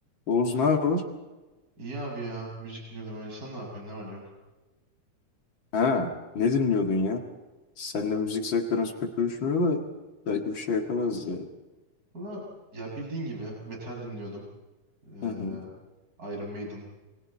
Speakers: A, on the left; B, on the right.
A: Oğuz ne haber?
B: İyi abi ya. Müzik dinliyordum öyle. Sen ne yapıyorsun? Ne var ne yok?
A: Ha, ne dinliyordun ya? Seninle müzik zevklerimiz pek uyuşmuyor da belki bir şey yaparız ya.
B: Valla ya bildiğin gibi metal dinliyordum. Ee,
A: Hı hı.
B: Iron Maiden,